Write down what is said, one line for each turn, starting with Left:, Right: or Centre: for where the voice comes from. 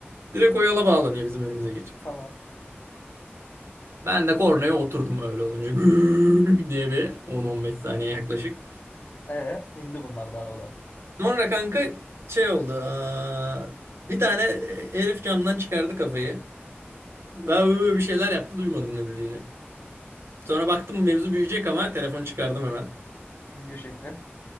Right: direkt o yola bağlanıyor bizim önümüze geçip.
Left: Tamam.
Right: Ben de kornaya oturdum öyle olunca. <laughs> Gürrrr diye bir 10-15 saniye yaklaşık.
Left: E indi bunlar da arabadan.
Right: Sonra kanka şey oldu. aa, bir tane herif camdan çıkardı kafayı. Ve böyle bir şeyler yaptı duymadım ne dediğini. Sonra baktım mevzu büyüyecek ama telefonu çıkardım hemen.
Left: Video şekli.